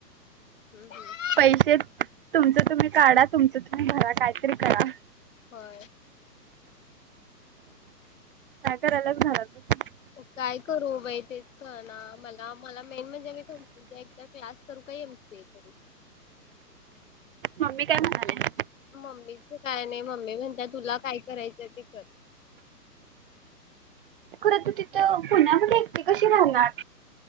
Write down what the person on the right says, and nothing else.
पैसे तुमच तुम्ही काढा. तुमंच भरा काहीतरी करा
काय करायल्यास घरात बसून
मम्मी काय म्हणाल्या?
खरं तू तिथं पुण्यामध्ये एकटी कशी रहाणार?